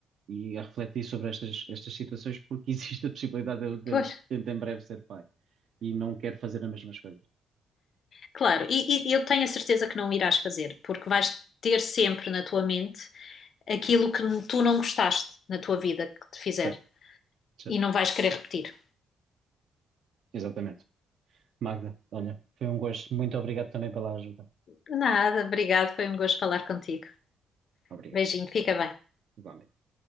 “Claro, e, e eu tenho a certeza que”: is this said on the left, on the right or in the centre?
Left